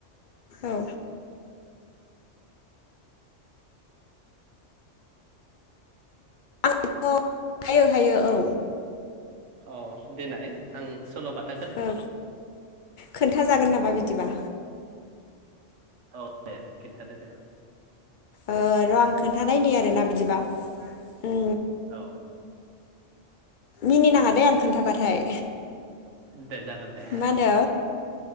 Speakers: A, on the left; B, on the right.
A: औ आथ हायो हायो औ।
B: औ देनाय आं सल बाद।
A: औ खोन्थाजागोन नामा बिदिबा।
B: औ दे खिन्थादो दे।
A: ओ र आं खोन्थानायनि आरोना बिदिबा। उम
B: औ।
A: मिनिनाङा दे आं खोन्थाबाथाय।
B: दे जागोन दे।
A: मा होनो